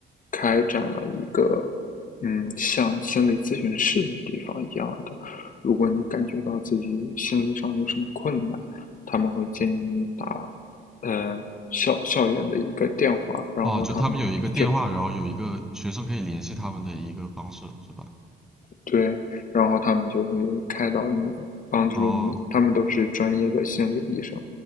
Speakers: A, on the left (about 40°); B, in the centre.
A: 开展了一个，嗯，像心理咨询室的地方一样的。如果你感觉到自己心理上有什么困难，他们会建议你打，呃，校校园的一个电话，然后他们就
B: 哦，就他们有一个电话，然后有一个学生可以联系他们的一个方式，是吧？
A: 对，然后他们就会开导你，帮助你，
B: 哦，
A: 他们都是专业的心理医生，